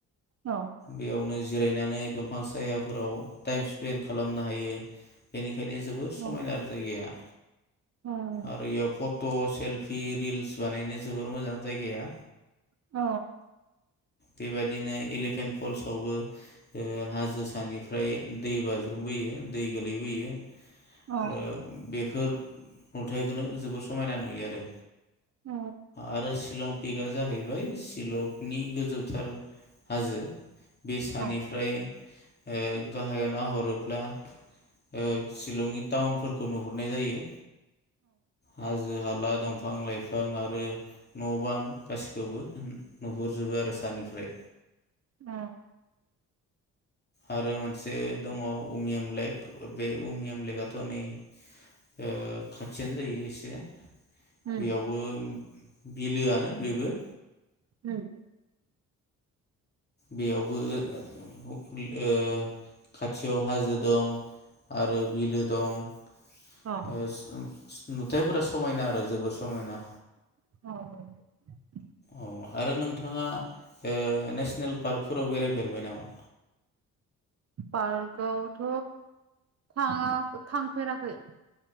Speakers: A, on the right (about 45°); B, on the left (about 30°).
A: औ
B: बेयावनो जिरायनानै दंफां सायाफोराव टाइम स्पेन्ड खालामनो हायो बेनिख खायनो जोबोर समायना
A: औ
B: जायगाया
A: औ
B: आरो इयाव फट' सेलफि रिल्स बानायनो जोबोर मोजां जायगाया
A: औ
B: बेबायदिनो एलिफेन्ट फल्सआवबो ए हाजो सानि ओमफ्राय दै बाज्रुमबोयो दै। गोलैबोयो
A: औ
B: ओ बेफ फोर नुथायखौनो जोबोर समायना नुयो आरो।
A: औ
B: आरो शिलं टपिकआ जाहैबाय शिलंनि गोजौथार हाजो बे सानिफ्राय
A: औ
B: ओ गाहायाव नाहरो। ब्ला ओ शिलंनि टाउनफोरखौ नुह हुरनाय जायो। हाजो-हाला। दंफां-लाइफां आरो न' बां गासिखौबो उम नुहुरजोबो आरो सानिफ्राय।
A: अ।
B: आरो मोनसे दङ उमियाम लेक बे उमियाम लेकआथ' नै ओ खाथियानो जायो एसे।
A: उम
B: बेयावबो उम बिलोआनो बेबो।
A: उम।
B: बेयावबो ओ ओ अखनिख ओ खाथियाव हाजो दं आरो बिलो दं। ओ
A: औ
B: <unintelligible> नुथायफोरा समायना आरो जोबोर समायना‌।
A: <unintelligible>
B: औ आरो नोंथाङा ओ नेसनेल पार्कफोराव बेरायफेरबाय नामा?
A: पार्कआवथ' थाङा थांफेराखै।